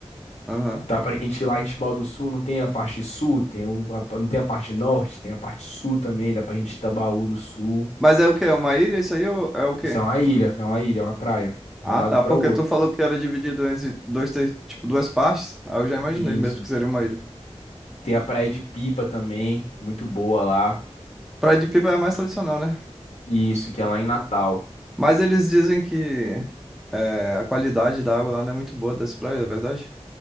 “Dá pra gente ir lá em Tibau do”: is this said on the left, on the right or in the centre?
Left